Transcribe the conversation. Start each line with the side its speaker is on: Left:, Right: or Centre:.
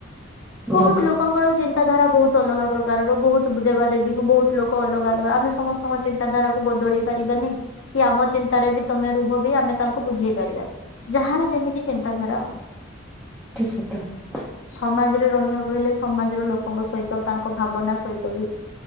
Left: ବହୁତ
Centre: ଭୋଗ
Left: ଲୋକଙ୍କର ଚିନ୍ତାଧାରା ବହୁତ ଅଲଗା ପ୍ରକାରର। ବହୁତ ଦେବାଦେବୀକୁ ବହୁତ ତୁ ଲୋକ ଅଲଗା ଅଲଗା ଆମେ ସମସ୍ତଙ୍କ ଚିନ୍ ତା ଧାରାକୁ ବଦଳେଇ ପାରିବାନି। କି ଆମ ଚିନ୍ତାରେ ବି ତମେ ରୁହ ବି ଆମେ ତାଙ୍କୁ ବୁଝେଇ ପାରିବା ଯାହାର ଯେମିତି ଚିନ୍ତାଧାରା ଆଉ।
Centre: ଯେ ସତ କଥା।
Left: ସମାଜରେ ରହିବାକୁ ହେଲେ, ସମାଜର ଲୋକଙ୍କ ସହିତ ତାଙ୍କ ଭାବନା ସହିତ ବି